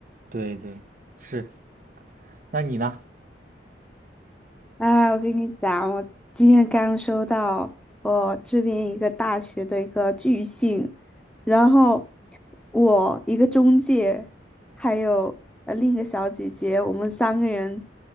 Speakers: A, on the right (about 50°); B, in the centre.
A: 对对，是。那你呢？
B: 哎，我跟你讲，我今天刚收到我这边一个大学的一个拒信，然后我一个中介，还有呃另一个小姐姐，我们三个人